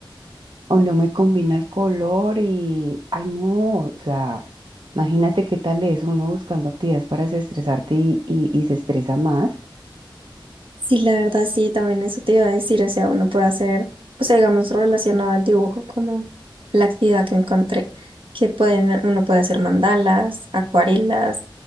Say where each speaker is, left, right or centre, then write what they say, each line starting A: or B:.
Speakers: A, on the right; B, on the right.
A: o no me combina el color y, ay, no, o sea, imagínate qué tal es uno buscando actividades para desestresarte y, y, y se estresa más.
B: Sí, la verdad sí, también eso te iba a decir, o sea, uno puede hacer, o sea, digamos, relacionado al dibujo como la actividad que encontré, que pueden, uno puede hacer mandalas, acuarelas,